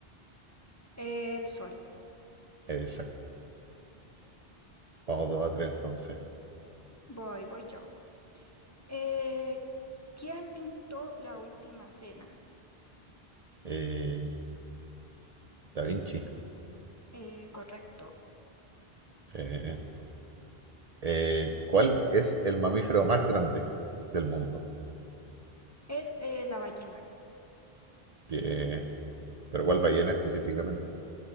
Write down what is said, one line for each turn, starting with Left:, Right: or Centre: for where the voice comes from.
Left: El sol.
Right: Exacto, vamos dos a tres entonces.
Left: Voy, voy yo. Eh, ¿quién pintó la última cena?
Right: Eh, Da Vinci.
Left: Eh, correcto.
Right: Eh, eh, ¿cuál es el mamífero más grande del mundo?
Left: Es eh, la ballena.
Right: Bien. Pero ¿cuál ballena específicamente?